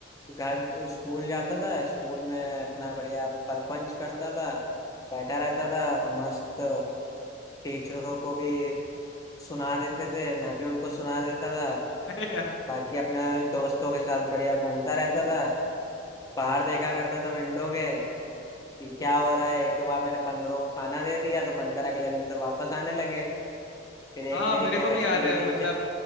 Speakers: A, on the left; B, on the left.
A: घर स्कूल जाता था स्कूल में अपना बढ़िया परपंच करता था बैठा रहता था मस्त टीचरों को भी सुना देते थे मैं भी उनको सुना देता था
B: अरे यार
A: बाकी अपने दोस्तों के साथ बढ़िया घूमता रहता था बाहर देखा करता था विंडो के कि क्या हो रहा है एक दो बार मैंने बंदरों को खाना दे दिया तो बंदर अगले दिन से वापस आने लगे फिर
B: हाँ
A: एक मेरी
B: मेरे
A: केमिस्ट्री
B: को भी याद
A: की
B: है
A: टीचर
B: मतलब